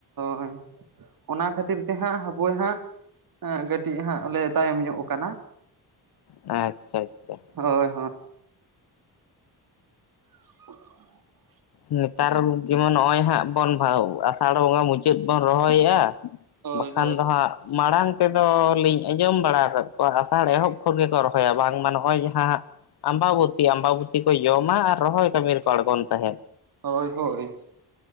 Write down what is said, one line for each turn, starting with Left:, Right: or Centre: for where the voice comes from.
Right: ᱦᱳᱭ ᱚᱱᱟ ᱠᱷᱟᱹᱛᱤᱨ ᱛᱮ ᱦᱟᱸᱜ ᱦᱟᱯᱳᱭ ᱦᱟᱸᱜ ᱦᱮᱸ ᱠᱟᱹᱴᱤᱡ ᱦᱟᱸᱜ ᱞᱮ ᱛᱟᱭᱚᱢ ᱧᱚᱜ ᱠᱟᱱᱟ᱾
Left: ᱟᱪᱪᱷᱟ ᱟᱪᱪᱷᱟ
Right: ᱦᱳᱭ ᱦᱳᱭ <inaudible>
Left: ᱱᱮᱛᱟᱨ ᱡᱮᱢᱚᱱ ᱱᱚᱜᱼᱚᱭ ᱦᱟᱸᱜ ᱵᱷᱟᱹᱣ ᱟᱥᱟᱲ ᱵᱚᱸᱜᱟ ᱢᱩᱪᱟᱹᱫ ᱵᱚᱱ ᱨᱚᱦᱚᱭᱮᱫᱼᱟ᱾
Right: ᱦᱳᱭ
Left: ᱵᱟᱠᱷᱟᱱ
Right: ᱦᱳᱭ
Left: ᱫᱚ ᱦᱟᱸᱜ ᱢᱟᱲᱟᱝ ᱛᱮᱫᱚ ᱞᱤᱧ ᱟᱸᱡᱚᱢ ᱵᱟᱲᱟ ᱟᱠᱟᱫ ᱠᱚᱣᱟ ᱟᱥᱟᱲ ᱮᱦᱚᱵ ᱠᱷᱚᱱ ᱜᱮᱠᱚ ᱨᱚᱦᱚᱭᱟ ᱵᱟᱝᱢᱟ ᱱᱚᱜᱼᱚᱭ ᱡᱟᱦᱟᱸ ᱦᱟᱸᱜ᱾ ᱟᱢᱵᱟᱵᱚᱛᱤ ᱟᱢᱵᱟᱵᱚᱛᱤ ᱠᱚ ᱡᱚᱢᱟ ᱟᱨ ᱨᱚᱦᱚᱭ ᱠᱟᱹᱢᱤ ᱨᱮᱠᱚ ᱟᱬᱜᱚᱱ ᱛᱟᱦᱮᱸᱫ᱾
Right: ᱦᱳᱭ ᱦᱳᱭ